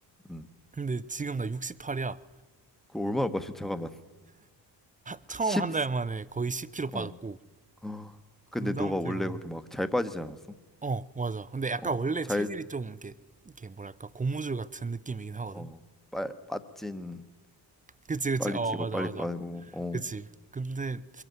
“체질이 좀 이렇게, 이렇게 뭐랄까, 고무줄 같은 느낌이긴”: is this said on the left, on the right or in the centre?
Right